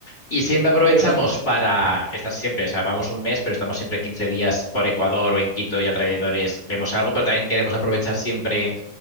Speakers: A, on the left; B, on the right.
A: y siempre aprovechamos
B: Ah, qué bueno.
A: para estar siempre, o sea, vamos un mes, pero estamos siempre 15 días por Ecuador o en Quito y alrededores, vemos algo, pero también queremos aprovechar siempre